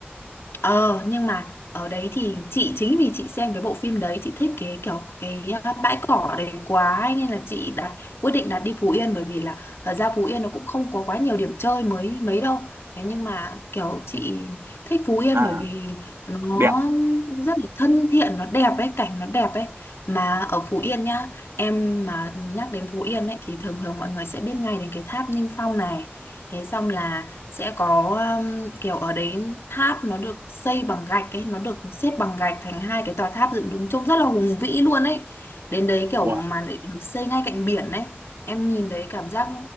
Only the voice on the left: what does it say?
Ờ nhưng mà ở đấy thì chị chính vì chị xem cái bộ phim đấy chị thích cái kiểu cái à, bãi cỏ đấy quá ấy, nên là chị đặt quyết định đặt đi Phú Yên bởi vì là thật ra Phú Yên nó cũng không có quá nhiều điểm chơi mới mấy đâu thế nhưng mà kiểu chị thích Phú Yên
bởi vì nó
rất là thân thiện nó đẹp ấy cảnh nó đẹp ấy mà ở Phú Yên nhá em mà nhắc đến Phú Yên ấy thì thường thường mọi người sẽ biết ngay đến cái tháp Nghinh Phong này thế xong là sẽ có um, kiểu ở đấy tháp nó được xây bằng gạch ấy nó được xếp bằng gạch thành hai cái tòa tháp dựng đứng trông rất là hùng vĩ luôn ấy đến đấy kiểu
mà lại được xây ngay cạnh biển ấy em nhìn đấy cảm giác